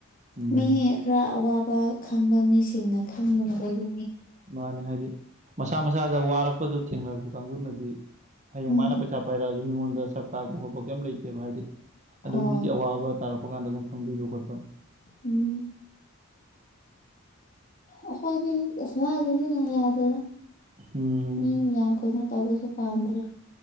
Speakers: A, on the right; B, on the left.
A: ꯎꯝ
B: ꯃꯤ ꯈꯔ ꯑꯋꯥꯕ ꯈꯪꯕ ꯃꯤꯁꯤꯡꯅ ꯈꯪꯕꯒꯤ
A: ꯃꯥꯅꯦ ꯍꯥꯏꯗꯤ ꯃꯁꯥ ꯃꯁꯥꯗ ꯋꯥꯔꯛꯄꯗꯣ ꯊꯦꯡꯅꯔꯛꯄ ꯀꯥꯡꯕꯨꯅꯗꯤ ꯍꯌꯦꯡ
B: ꯎꯝ
A: ꯃꯥꯅ ꯄꯩꯁꯥ ꯄꯥꯏꯔꯛꯑꯁꯨ ꯃꯤꯉꯣꯟꯗ ꯁꯛ ꯀꯥꯛꯄ ꯈꯣꯠꯄ ꯀꯩꯝ ꯂꯩꯇꯦꯕ ꯍꯥꯏꯗꯤ ꯑꯗꯨꯝ
B: ꯍꯣꯏ
A: ꯃꯤꯒꯤ ꯑꯋꯥꯕ ꯇꯥꯔꯛꯄ ꯀꯥꯟꯗ ꯑꯗꯨꯝ ꯈꯪꯕꯤꯕ ꯈꯣꯠꯄ
B: ꯎꯝ ꯑꯩꯈꯣꯏꯗꯤ ꯀꯩꯁꯨ ꯍꯥꯏ ꯑꯩꯗꯤ ꯌꯥꯗꯔꯦꯗ
A: ꯎꯝ
B: ꯃꯤ ꯌꯥꯝ ꯀꯣꯏꯅ ꯇꯧꯕꯁꯨ ꯄꯥꯝꯗ꯭ꯔꯦ